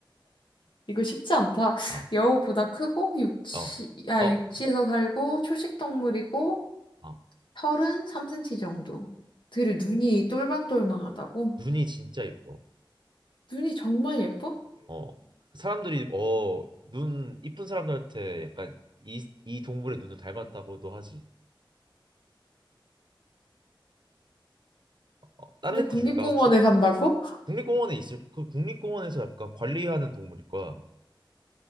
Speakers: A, on the left (about 65°); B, on the right (about 60°).
A: 이거 쉽지 않다.
B: 아,
A: 여우보다 크고 육지,
B: 어,
A: 아,
B: 어,
A: 육지에서 살고 초식 동물이고
B: 어
A: 털은 3cm 정도. 되게 눈이 똘망똘망하다고?
B: 눈이 진짜 이뻐.
A: 눈이 정말 예뻐?
B: 어, 사람들이 어, 눈 이쁜 사람들한테 약간 이, 이 동물의 눈을 닮았다고도 하지. 어, 다른
A: 근데
B: 힌트
A: 국립공원에
B: 줄까 혹시?
A: 산다고?
B: 국립공원에 있을 그 국립공원에서 약간 관리하는 동물일 거야.